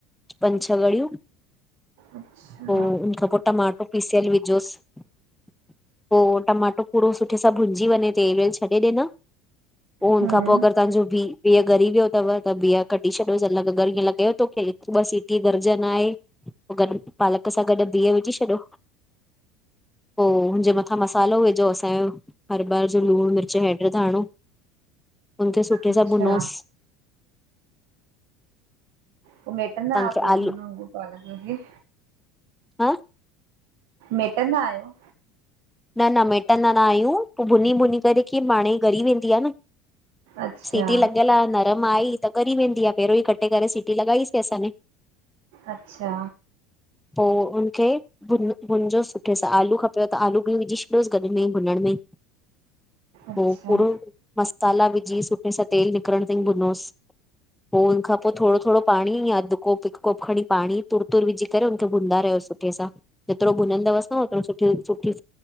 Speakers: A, in the centre; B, on the right (about 65°).
A: पंज छह ॻड़ियूं
B: अच्छा
A: पोइ हुन खां पोइ टमाटो पीसियल विझोसि। पोइ टमाटो पूरो सुठे सां भुञजी वञे तेलु वेलु छॾे ॾे न पो उन
B: हम्म
A: खां तव्हांजो बीह ॻरी वियो अथव त बीह कढी छॾियोसि न ॻरियल लॻेव त हिकु- ॿ टी घुरज न आहे। पोइ गॾु पालक सां गॾु बीह विझी छॾियो पोइ हुन्जे मथां मसालो विझो असांजो हरु बारु जो लूणु मिर्च हेड धाणो हुनखे सुठे
B: अच्छा
A: सां भुञोसि
B: पोइ मेहिटंदा
A: तव्हांखे
B: आहियो,
A: आलू
B: हुन वांगुरि पालक खे?
A: हां
B: मेहिटंदा आहियो?
A: न न मेहिटंदा न आहियूं, पोइ भुञी भुञी करे पाणे ई ॻरी वेंदी आहे न।
B: अच्छा
A: सीटी लॻियल आहे न। त म आई त ॻरी वेंदी आहे, पहिरियों ई कटे करे सीटी लॻाईसीं असां ने।
B: अच्छा
A: पोइ हुनखे भुञजो सुठे सां आलू खपेव त आलू बीह विझी छॾोसि गॾु में ई भुञण में
B: अच्छा
A: पोइ पूरो मसाला विझी सुठे सां तेलु निकरणु ताईं भुञोसि पोइ हुनखां पोइ थोरो थोरो पाणी या अधि कोप हिकु कोप खणी पाणी तुर- तुर विझी करे हुनखे भुञंदा रहोसि। सुठे सां जेतिरो भुञंदवसि न उहो ओतिरो सुठी सुठी